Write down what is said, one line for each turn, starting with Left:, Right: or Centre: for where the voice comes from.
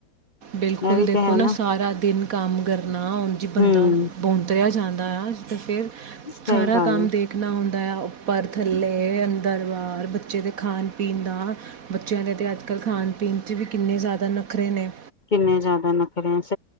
Right: ਬਿਲਕੁਲ
Left: ਇਹ ਵੀ
Right: ਦੇਖੋ
Left: ਤੇ ਹੈ
Right: ਨਾ ਸਾਰਾ ਦਿਨ ਕੰਮ ਕਰਨਾ ਉਂਝ ਹੀ ਬੰਦਾ
Left: ਹੂੰ
Right: ਬੋਂਤਰਿਆ ਜਾਂਦਾ ਆ। ਅਤੇ ਫਿਰ
Left: ਸਹੀ
Right: ਸਾਰਾ
Left: ਗੱਲ
Right: ਕੰਮ
Left: ਹੈ
Right: ਦੇਖਣਾ ਹੁੰਦਾ। ਦਾ ਉੱਪਰ ਥੱਲੇ ਅੰਦਰ ਬਾਹਰ ਬੱਚੇ ਦੇ ਖਾਣ ਪੀਣ ਦਾ ਬੱਚਿਆਂ ਦੇ ਤਾਂ ਅੱਜ ਕੱਲ੍ਹ ਖਾਣ ਪੀਣ 'ਚ ਵੀ ਕਿੰਨੇ ਜ਼ਿਆਦਾ ਨਖਰੇ ਨੇ
Left: ਕਿੰਨੇ ਜ਼ਿਆਦਾ ਨਖਰੇ ਆ ਇ